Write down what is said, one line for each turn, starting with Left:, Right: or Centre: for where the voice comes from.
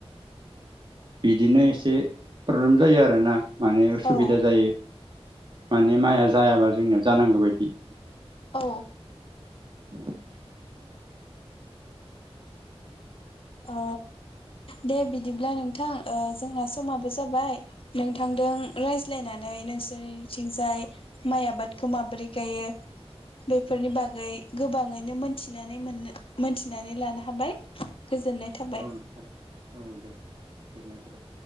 Right: बिदिनो एसे प्रब्लेम जायो आरोना माने उसुबिदा
Left: औ
Right: जायो। माने माइआ जायाबा जोंना जानांगौ बायदि
Left: औ।
Right: <inaudible>
Left: अ दे बिदिब्ला नोंथां ओ जोंना समाबो जाबाय नोंथांदों रायज्लायनानै नोंसोरनिथिंजाय माइ आबादखौ माबोरै गायो बेफोरनि बागै गोबाङैनो मोनथिनानै मोन मोनथिनानै लानो हाबाय गोजोननाय थाबाय
Right: औ नोथां औ दे। गोजोन्नाय थाबाय।